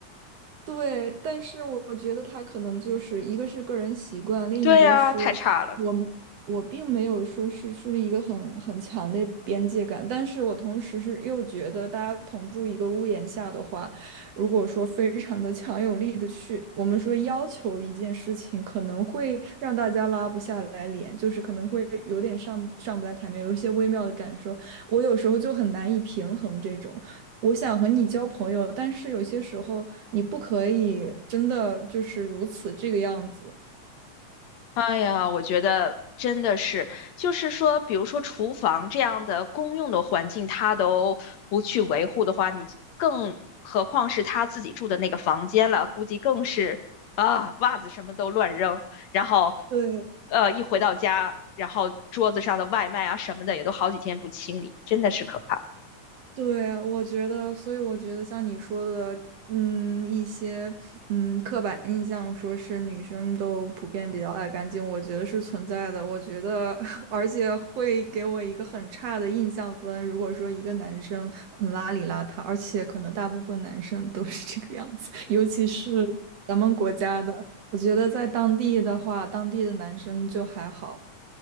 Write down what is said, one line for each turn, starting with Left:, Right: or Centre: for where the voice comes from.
Right: 对，但是我我觉得他可能就是一个是个人习惯，另一个是我我并没有说是树立一个很很强的边界感，
Left: 对啊，太差了。
Right: 但是我同时是又觉得大家同住一个屋檐下的话，如果说非常的强有力的去，我们说要求一件事情，可能会让大家拉不下来脸，就是可能会有点上上不来台面，有一些微妙的感受，我有时候就很难以平衡这种。我想和你交朋友，但是有些时候你不可以真的就是如此这个样子。
Left: 哎呀，我觉得真的是，就是说，比如说厨房这样的公用的环境，他都不去维护的话，你更何况是他自己住的那个房间了，估计更是啊，袜子什么都乱扔，然后，
Right: 对，
Left: 呃，一回到家，然后桌子上的外卖啊什么的也都好几天不清理，真的是可怕。
Right: 对，我觉得，所以我觉得像你说的，嗯，一些嗯刻板印象，说是女生都普遍比较爱干净，我觉得是存在的。我觉得，<laughs> 而且会给我一个很差的印象分。如果说一个男生很邋里邋遢，而且可能大部分男生都是这个样子，<laughs> 尤其是咱们国家的，我觉得在当地的话，当地的男生就还好。